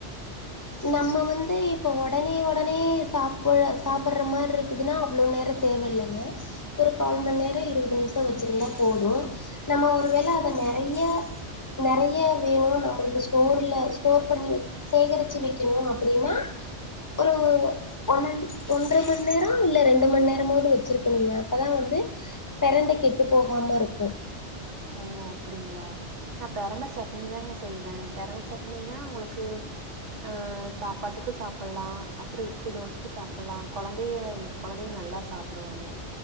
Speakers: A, on the left (about 20°); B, on the right (about 80°).
A: நம்ம வந்து இப்ப உடனே உடனே சாப்பு சாப்புற மாரி இருக்குதுன்னா அவ்ளோ நேரத் தேவல்லங்க ஒரு கால் மண் நேரோ இருபது நிமிஷோ வச்சிருந்தா போது நம்ம ஒருவேள அத நெறைய நெறய வேணு நம்மளுக்கு ஸ்டோர்ல ஸ்டோர் பண்ணி சேகரிச்சு வைக்கணு அப்டின்னா ஒரு ஒ ஒன்றர மண் நேரோ இல்ல ரெண்டு மண் நேரமாவுது வச்சிருக்கணுங்க அப்பதா வந்து பெரண்ட கெட்டு போகாம இருக்கு
B: ஓ அப்டிங்ளா நா பெரண்ட சட்னி தாங்க செய்வே பெரண்ட சட்னினா உங்களுக்கு அஹ் சாப்பாட்டுக்கு சாப்புலா அப்புறோ இட்லி தோசைக்கு சாப்புலா கொழந்தைக கொழந்தயு நல்லா சாப்புடுவாங்க